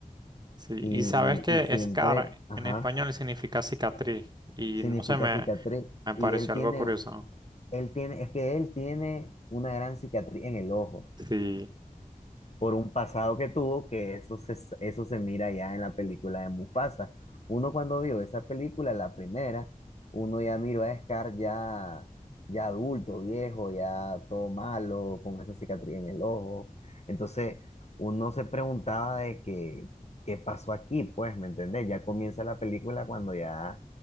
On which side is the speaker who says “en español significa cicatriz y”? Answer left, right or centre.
Right